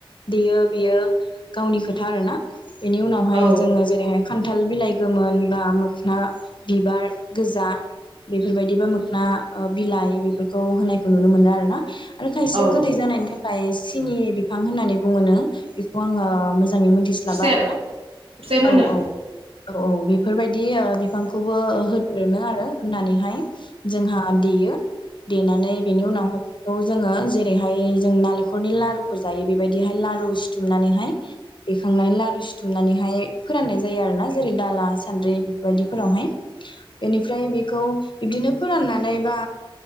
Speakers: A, on the left (about 60°); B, on the right (about 85°).
A: बियो बियो गावनि खोथा आरोना । बेनि उनावहाय
B: औ
A: जोङो जेरैहाय खान्थाल बिलाइ गोमोन बा मोखना बिबार । गोजा बेफोरबायदिबा <unintelligible> ना ओ बिलाइ बेफोरखौ होननायखौ नुनो मोनो आरोना आरो
B: औ
A: गोदै जानायनि <unintelligible> <unintelligible> सिनि बिफां होननानै बो मोनो बेखौ आङो <unintelligible> मोजाङै मिथिस्लाबा
B: खुसेर
A: आरोना
B: खुसेर होनो
A: औ औ । औ औ बेफोरबायदि ओ बिफांखौबो होद्रोनो आरो होनानैहाय जोंहा आ देयो । देनानै बेनि उनावहाय औ जोङो जेरै जेरैहाय जों नालेंखरनि लारुफोर जायो बेबायदिहाय लारु सिथुमनानैहाय बेखांनानै लारु सिथुमनानैहाय फोराननाय जायो आरोना जेरै दाला सान्द्रि बेफोरबायदिफोरावहाय । बेनिफ्राय बेखौ बिबदिनो फोराननानै बा